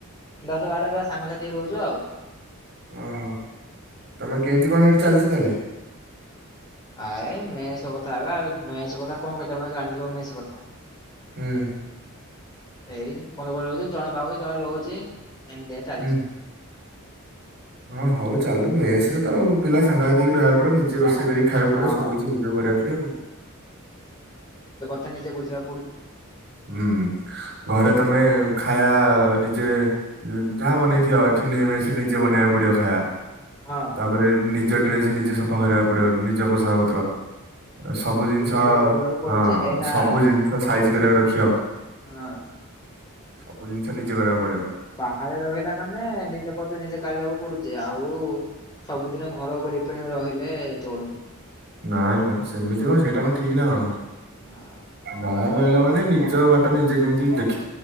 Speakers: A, on the left; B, on the right.
A: ଦଶ ବାର ବେଳେ ସାଙ୍ଗସାଥି ରହୁଛୁ ଆଉ,
B: ଓହୋ, ତମେ କେମିତି କଣ ହେଇଠି ଚାଲିଚ ତାହେଲେ?
A: ଆଏ ମେଷ କଥା ବା ମେଷ କଥା କଣ କହିବି ଜାଣିଥିବ ମେଷ କଥା,
B: ହୁଁ,
A: ଏଇ ପନ୍ଦର କ ରହୁଛି ଜଣେ ବହୁଛି ଜଣେ ରହୁଛି ଏମିତିଆ ଚାଲିଛି।
B: ହୁଁ। ହଁ ହଉ ଚାଲୁ ମେସରେ ତଉ ପିଲା ସାଙ୍ଗଘାତିକି ରହିବା ପଡ଼ିବ ନିଜେ ରୋଷେ ରୋଷେଇ କରିକି ଖାଇବାକୁ
A: ହଁ
B: ପଡ଼ିବ ସବୁ କିଛି ନିଜକୁ କରିବାକୁ ପଡ଼ିବ ଆଉ,
A: ତା ନିଜେ ବୁଝିବା,
B: ହୁଁ ଘରେ, ତମେ ଖାଇବା ନିଜେ ଯାହା ବନେଇଥିବ ଏଠି ନେ ଏବେ ସେ ନିଜେ ବନେଇବାକୁ ପଡ଼ିବ ଖାଇବା,
A: ହଁ
B: ତାପରେ ନିଜ ଡ୍ରେସ ନିଜେ ସଫା କରିବାକୁ ପଡ଼ିବ ନିଜ ପୋଷାକ ପତ୍ର, ସବୁ ଜିନିଷ
A: ନିଜେ କରିବାକୁ ପଡୁଛି
B: ହଁ
A: ଏଇନା
B: ସବୁ ଜିନ ହଁ ସାଇଜ କରିବାକୁ ରଖିବ
A: ହଁ।
B: ସବୁ ଜିନିଷ ନିଜେ କରିବାକୁ ପଡ଼ି
A: ବାହାରେ ରହିଲା ମାନେ ନିଜେ ଖଚ ନିଜେ କାଢ଼ିବାକୁ ପଡ଼ୁଛି ଆଉ, ସବୁଦିନ ଘର ଉପରେ ଡିଫେଣ୍ଡର ରହିଲେ ଚଳୁନି।
B: ନାଇଁ ମ ସେମିତି କଣ ସେଇଟା କଣ ଠିକ୍ ନା କଣ
A: ହଁ।
B: ବାହାରେ ରହିଲା ମାନେ ନି ଜ ବାଟ ନିଜେ କେମିତି ଦେଖ୍